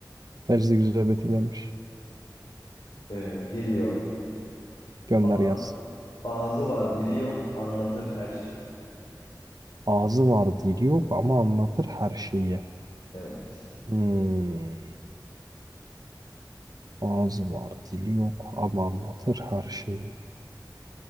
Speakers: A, on the right; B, on the left.
A: Bence güzel betimlenmiş.
B: Ee, geliyor.
A: Gönder
B: A-
A: gelsin.
B: ağzı var, dili yok, anlatır her şeyi.
A: Ağzı var dili yok ama anlatır her şeyi.
B: Evet.
A: Hmm. Ağzı var dili yok ama anlatır her şeyi.